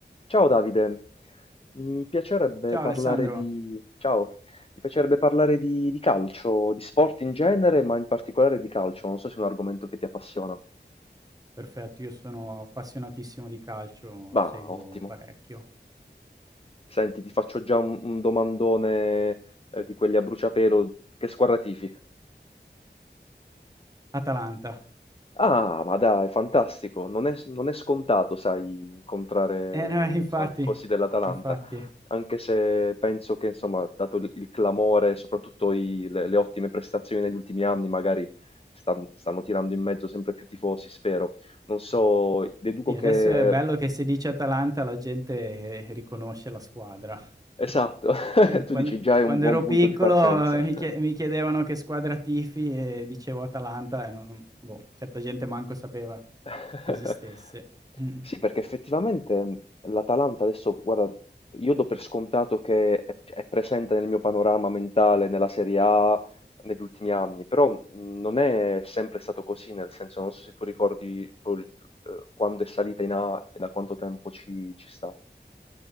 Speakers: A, on the left; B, on the right.
A: Ciao Davide, mi piacerebbe
B: Ciao
A: parlare
B: Alessandro,
A: di... Ciao, mi piacerebbe parlare di, di calcio, di sport in genere, ma in particolare di calcio. Non so se è un argomento che ti appassiona.
B: perfetto, io sono appassionatissimo di calcio,
A: Ma
B: seguo
A: ottimo.
B: parecchio.
A: Senti, ti faccio già un, un domandone eh, di quelli a bruciapelo. Che squadra tifi?
B: Atalanta.
A: Ah, ma dai, fantastico. Non è, non è scontato, sai, incontrare,
B: Eh no, <laughs> infatti,
A: insomma, tifosi dell'Atalanta,
B: infatti.
A: anche se penso che, insomma, dato il, il clamore, soprattutto i- le, le ottime prestazioni negli ultimi anni, magari stan- stanno tirando in mezzo sempre più tifosi, spero. Non so, deduco
B: Sì,
A: che...
B: adesso è bello che se dice Atalanta la gente eh, riconosce la squadra. <laughs>
A: Esatto, <laughs> tu
B: Quando,
A: dici già è
B: quando
A: un buon
B: ero
A: punto
B: piccolo
A: di partenza.
B: eh, mi
A: <laughs>
B: chie- mi chiedevano che squadra tifi e dicevo Atalanta e non- boh, certa gente manco sapeva
A: <laughs>
B: che esistesse. Mm.
A: Sì, perché effettivamente l'Atalanta adesso, guarda, io do per scontato che è, cioè, è presente nel mio panorama mentale nella Serie A negli ultimi anni, però mh, non è sempre stato così, nel senso, non so se tu ricordi poi, eh, quando è salita in A e da quanto tempo ci, ci sta.